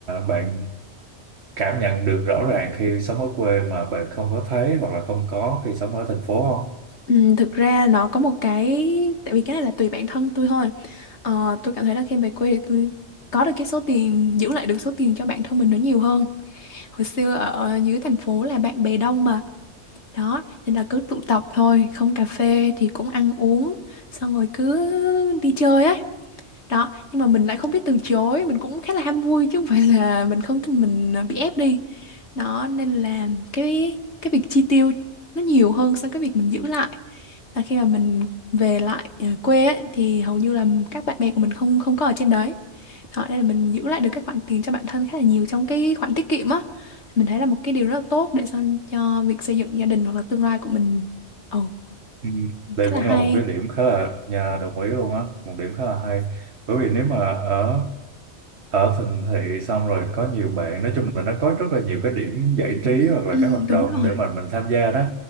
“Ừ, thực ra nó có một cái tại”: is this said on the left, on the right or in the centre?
Left